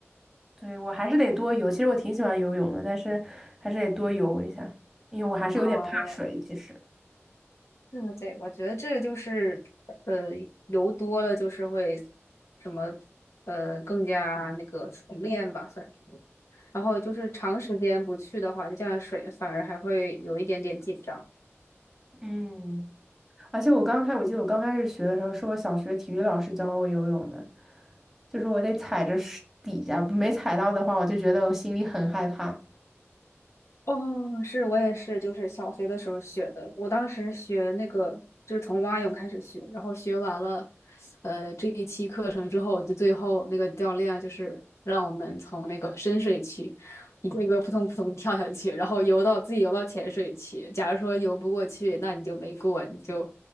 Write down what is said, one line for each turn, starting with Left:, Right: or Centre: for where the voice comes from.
Centre: 对，我还是得多游。其实我挺喜欢游泳的，但是还是得多游一下，因为我还是有点怕水。
Left: 啊，我也
Centre: 其实，
Left: 对对对，我觉得这个就是，呃，游多了就是会什么，呃，更加那个熟练吧，算是。然后就是长时间不去的话，就这样水反而还会有一点点紧张。
Centre: 嗯，而且我刚开，我记得我刚开始学的时候，是我小学体育老师教我游泳的，就是我得踩着水底下，没踩到的话，我就觉得我心里很害怕。
Left: 哦，是我也是，就是小学的时候学的。我当时学那个就是从蛙泳开始学，然后学完了，呃，这一期课程之后，就最后那个教练就是让我们从那个深水区一个一个扑通扑通跳下去，然后游到自己游到浅水区。假如说游不过去，那你就没过，你就